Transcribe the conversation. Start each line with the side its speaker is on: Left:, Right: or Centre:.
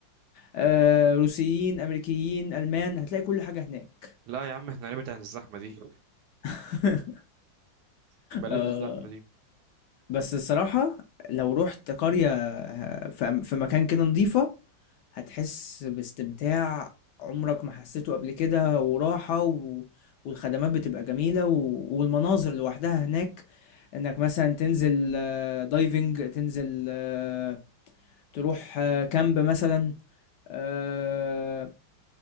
Left: آآ روسيين، أمريكيين، ألمان، هتلاقي كل حاجة هناك.
Right: لا يا عم احنا نبعد عن الزحمة دي
Left: <laughs>
Right: بلاش
Left: آآ
Right: الزحمة دي
Left: بس الصراحة لو رُحت قرية ه في م في مكان كده نضيفة هتحس باستمتاع عمرك ما حسيته قبل كده وراحة و... والخدمات بتبقى جميلة و... والمناظر لوحدها هناك انك مثلا تنزل آه، دايفنج تنزل آه، تروح آه، كامب مثلا آه،